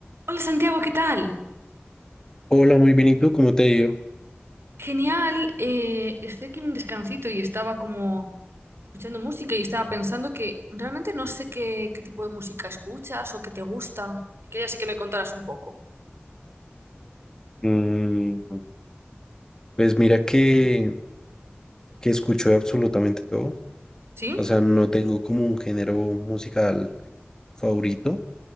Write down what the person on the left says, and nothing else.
Hola, muy bien. ¿Y tú cómo te ha ido?
Mm, pues mira que, que escucho de absolutamente todo.
O sea, no tengo como un género musical favorito,